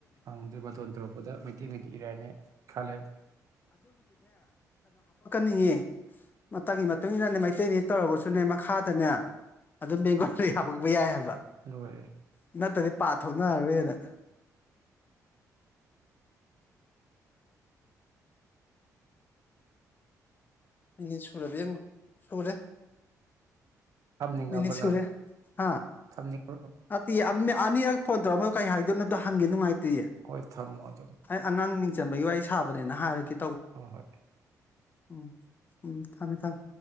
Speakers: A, on the right; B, on the left.
A: ꯍꯪꯗ꯭ꯔꯦ ꯕꯥꯇꯣꯟ ꯇꯧꯔꯛꯄꯗ ꯃꯩꯇꯩꯒꯗꯤ ꯏꯔꯅꯤ ꯈꯜꯂꯗꯤ
B: ꯅꯤꯡꯉꯤ ꯃꯇꯝꯒꯤ ꯃꯇꯨꯡ ꯏꯟꯅꯅꯦ ꯃꯩꯇꯩꯅꯤ ꯇꯧꯔꯒꯁꯨꯅꯦ ꯃꯈꯥꯗꯅꯦ ꯑꯗꯨꯝ ꯕꯦꯡꯒꯣꯜꯗ ꯍꯥꯄꯛꯄ ꯌꯥꯏ ꯍꯥꯏꯕ
A: ꯂꯣꯏꯔꯦ
B: ꯅ ꯇ ꯄꯥꯊꯣꯛꯅꯔꯔꯣꯏꯅ ꯃꯤꯅꯤ ꯁꯨꯔꯥꯦ ꯁꯨꯔꯦ
A: ꯊꯝꯅꯤꯡꯉꯕ
B: ꯃꯤꯅꯤꯠ ꯁꯨꯔꯦ
A: ꯅꯪ
B: ꯍꯥ
A: ꯊꯝꯅꯤꯡꯉꯕ
B: ꯑ ꯑꯅꯤꯔꯛ ꯐꯣꯟ ꯇꯧꯔꯝꯃꯒ ꯀꯩ ꯍꯥꯏꯗꯣꯏꯅꯣ ꯍꯪꯒꯦ ꯅꯨꯉꯥꯏꯇꯦ
A: ꯍꯣꯏ ꯊꯝꯃꯣ ꯑꯗꯨꯝ
B: ꯑꯩ ꯑꯉꯥꯡ ꯃꯤꯡ ꯆꯝꯕꯒꯤ ꯋꯥꯔꯤ ꯁꯥꯕꯅꯦꯅ ꯍꯥꯏꯔꯒ
A: ꯍ ꯍꯣꯏ
B: ꯎꯝ ꯎꯝ ꯊꯝꯃꯦ ꯊꯝꯃꯦ